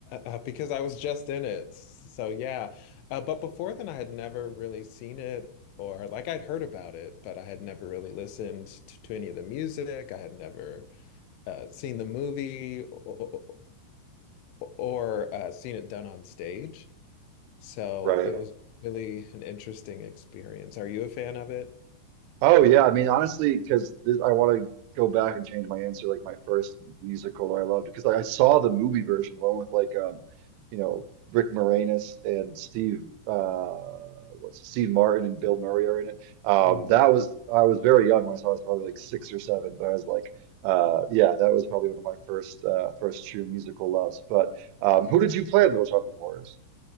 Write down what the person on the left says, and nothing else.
uh, because I was just in it. So yeah. Uh, but before then, I had never really seen it or like I'd heard about it, but I had never really listened to, to any of the music. I had never uh, seen the movie or, or uh, seen it done on stage. So
it was really an interesting experience. Are you a fan of it?
Hmm.